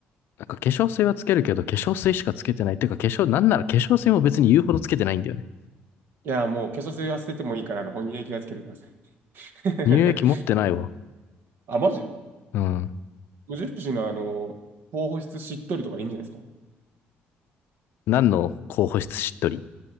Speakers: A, on the left; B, on the right.
A: ー、なんか化粧水はつけるけど、化粧水しかつけてない。てか化粧、なんなら化粧水も別に言うほどつけてないんだよね。
B: や、もう化粧水は捨ててもいいから、あの、本人液はつけてください。<laughs>
A: 乳液持ってないわ。
B: あ、マジ
A: うん。
B: 無印のあの、高保湿しっとりとかでいいんじゃないですか
A: 何の候補室しっとり